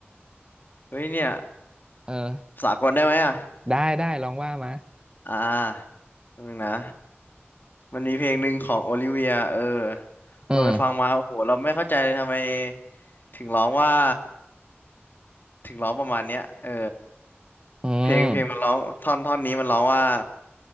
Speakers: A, on the left; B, on the right.
A: เฮ้ยเนี่ย
B: เออ
A: สากลได้ไหมอ่ะ
B: ได้ได้ลองว่ามา
A: อ่าแป๊บนึงนะ มันมีเพลงหนึ่งของโอลิเวียเออ
B: อืม
A: เราไปฟังมา โอ้โห เราไม่เข้าใจเลยทำไมถึงร้องว่าถึงร้องประมาณเนี้ยเออ
B: อืม
A: เพลงเพลงมันร้องท่อนท่อนนี้มันร้องว่า